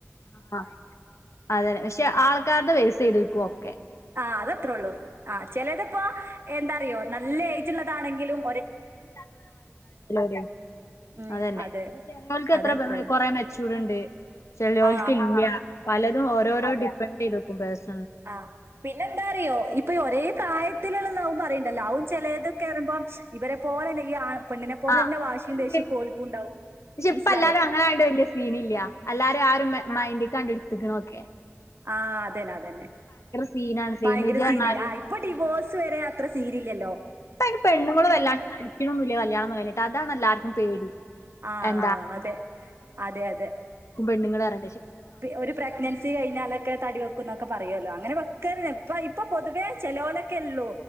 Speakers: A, on the left; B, on the right.
A: ആ അതന്നെ പക്ഷെ ആൾക്കാരുടെ പൈസ ചെയ്തു ഓക്കെ
B: ആഹ അത് അത്ത്രേ ഉള്ളൂ ആഹ ചിലതിപ്പോ എന്താറിയോ നല്ല ചുള്ളതാണെങ്കിലും
A: ദ്ാത്ത
B: ഉം
A: അതന്നെ
B: അതെ
A: ഇ ചെോക്ക് എത്ര
B: അതത്രേ ഉള്ളൂ
A: കൊറെ മെച്ചൂടുണ്ട് ചെല്ലിയോൾക്ക്
B: ആ
A: ഇല്ല പലതും ഓരോരോ ഡിപ്പെെഡറ് ചെയ്തുും ബസ്
B: ആഹ പിന്നെ എന്താ അറിയോ ഇപ്പൊ ഒരേ പ്രായത്തി ത്തിലുള്ളും പറയണ്ടല്ലോ അവും ചിലതൊക്കെറുമ്പോ ഇവരെ പോലെയല്ലേ ഈ പെണ്ണിനെ പോലെ
A: ആ
B: തന്നെ വാശിയും
A: അതെ
B: ദേശിയ കോൽക്ക ഉണ്ടാവും
A: പക്ഷെ
B: മനസ്സിലായോ
A: ഇപ്പ എല്ലാരും അങ്ങനായോണ്ട് വല്യ സീനില്ല അല്ലാരും ആരും മൈന്ഡിൽ കണ്ടി എ ഗണോക്കെ
B: ആ അതന്നെ അതന്നെ
A: സീനാണ് സേമേജ്
B: ഭയങ്കര
A: പറഞ്ഞാല്
B: സീന ആ ഇപ്പൊ ഡിവോഴ്സ് വരെ അത്ര സീരില്ലല്ലോ
A: ഇപ്പന് പെണ്ണുൾ വല്ലാണ്ട് തടിക്കണന്നില്ല കല്യാണം എന്ന് പറഞ്ഞിട്ട് അതാല്ലാവർക്കും പേടി
B: ആഹ
A: എന്താ
B: അതെ അതെ അതെ
A: പെണ്ണുങ്ങളറെ
B: ഒരു പ്രഗ്നൻസി കഴിഞ്ഞാൽ ക്കെ തടി വെക്ക എന്നൊക്കെ പറയല്ലോ അങ്ങനെ വെക്ക ഇപ്പൊ പൊതുവേ ചെലൊക്കെല്ലോ